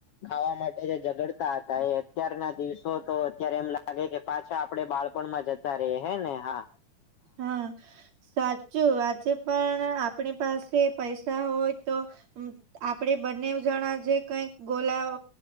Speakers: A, on the left; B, on the right.
A: ખાવા માટે જે ઝગડ હતા એ અત્યારના દિવસો તો અત્યારે એમ લાગે કે પાછા આપડે બાળપણમાં જ રહી હે ને હા.
B: હા. સાચું આજે પણ આપણી પાસે પૈસા હોય તો આપડે બંને જણા જે કઈક ગોલાઓ